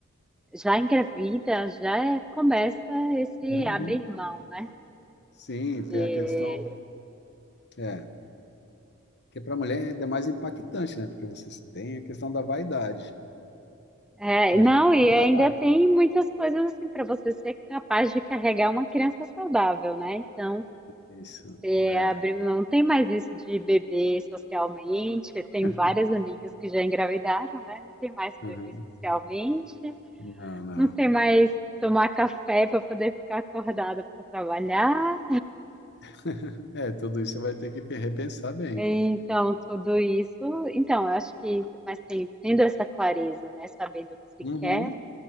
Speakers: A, in the centre; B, on the left.
A: já engravida, já é- começa esse
B: uhum.
A: abrir mão, né?
B: Sim, tem
A: E-
B: a questão. É, porque para a mulher é ainda mais impactante, né? Porque vocês têm a questão da vaidade.
A: é,
B: Para
A: não,
B: a gente
A: e
B: não
A: ainda
B: dá nada.
A: tem muitas coisas assim para você ser capaz de carregar uma criança saudável, né? Então,
B: Isso,
A: É,
B: é.
A: abriu, não tem mais isso de beber socialmente. Tem
B: <laughs>
A: várias amigas que já engravidaram, né? Não tem mais beber
B: Uhum.
A: socialmente.
B: Não, não.
A: Não tem mais tomar café para poder ficar acordada para trabalhar.
B: <laughs> É, tudo isso você vai ter que pe- repensar bem.
A: Então, tudo isso. Então, eu acho que, mas tem- tendo essa clareza, né? Sabendo o que se
B: Uhum,
A: quer,